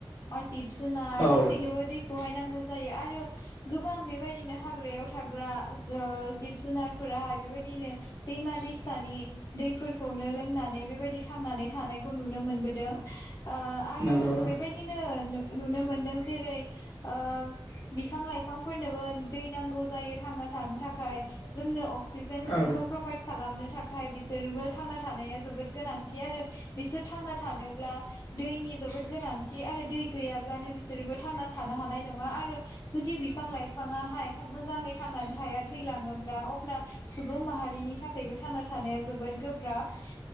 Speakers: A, on the left; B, on the left.
A: आ जिब जुनार
B: औ
A: गासैनोबो दैखौहाय नांगौ। जायो आरो गोबां बेबायदिनो हाग्रायाव थाग्रा ओ जिब जुनारफोराहाय बेबायदिनो दैमा दैसानि दैफोरखौनो लोंनानै बेबायदि थांनानै थानायखौ नुनो मोनबोदों। आ आरो
B: नंगौ
A: बेबायदिनो नो नुनो मोनदों जेरै ओ बिफां लाइफांफोरनोबो दै नांगौ जायो थांना थानो थाखाय जोंनो अक क्सिजेनखौ
B: औ
A: प्रभाइद खालामनो थाखाय बिसोरबो थांना थानाया जोबोद गोनांथि आरो बिसोर थांना थानोब्ला दैनि जोबोद गोनांथि आरो दै गैयाब्लानो बिसोरबो थांनानै थानो हानाय नङा । आरो जुदि बिफां लाइफाङाहाय थाब मोजाङै थांनानै थाया थैलाङोब्ला अब्ला सुबुं माहारिनि थाखायबो थांना थानाया जोबोद गोब्राब ।